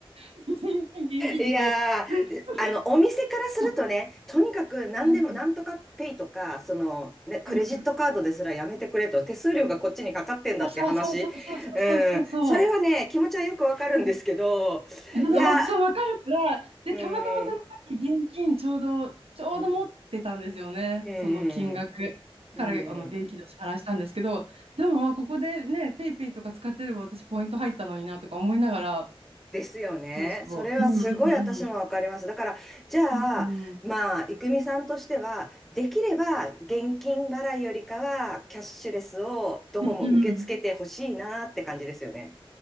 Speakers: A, on the right; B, in the centre.
A: <laughs> 現金、現金って言われて、
B: いやー、
A: <laughs>
B: あの、お店からするとね、
A: そう
B: とにかく何でも、
A: うんうん
B: なんとかペイとか、その、ね、クレジットカードですらやめてくれと、
A: うんうん。
B: 手数料がこっちにかかってんだって話。
A: あそうそうそうそうそうそうそう。
B: うん、それはね、気持ちはよくわかるんですけど、
A: あそうわそう、
B: いや
A: わかるから、で、
B: ー、
A: たまたまその時現金ちょうど、ちょうど持ってたんですよね、
B: うん、うん、うん、
A: その金額。
B: うん、
A: から、あの、現金でお支払いしたんですけど、
B: うん。
A: でもまあ、ここでね、ペイペイとか使ってれば私ポイント入ったのになとか思いながら、
B: ですよね。
A: そうそう、
B: それはすごい私もわかります。
A: うんうん
B: だから、じゃあ、
A: うん、うんうん、
B: まあ、いくみさんとしては、できれば現金払いよりかは、キャッシュレスをどこも受け付けてほしいなって感じですよね。
A: うんうん。